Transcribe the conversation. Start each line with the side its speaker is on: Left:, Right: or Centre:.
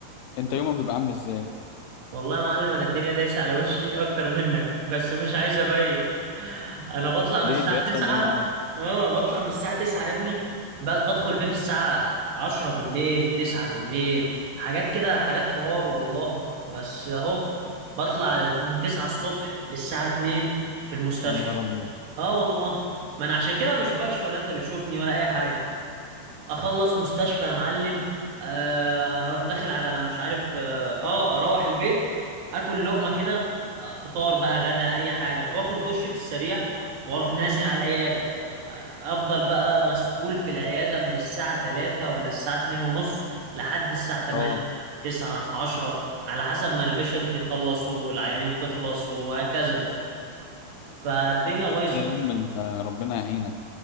Left: أنت
Right: لا
Left: يومك بيبقى عامل إزاي؟
Right: والله يا معلم انا الدنيا دايسه على وشي اكتر منك بس مش عايز ابين انا بطلع
Left: ليه
Right: من الساعه
Left: بيحصل
Right: 9
Left: إيه معاك؟
Right: اه بطلع من الساعه 9 يا ابني ب- بدخل البيت الساعه 10 بالليل 9 بالليل حاجات كده حاجات حوار والله بس اهو بطلع من 9 الصبح للساعه 2 في المستشفى
Left: يا نهار أبيض
Right: اه والله ما انا عشان كده ما بشوفكش ولا انت بتشوفني ولا اي حاجه اخلص مستشفى يا معلم آه، اروح داخل على مش عارف اه آه، اروح البيت اكل لقمه كده آه، فطار بقى غدا اي حاجه واخد دش في السريع واروح نازل على العياده آه، افضل بقى مسحول في العياده من الساعه 3 ولا الساعه 2 ونص لحد الساعه 8
Left: اه
Right: 9 10 على حسب ما البيشنت يخلص والعيانين تخلص وهكذا فالدنيا بايظه
Left: ايه يا عم انت ربنا يعينك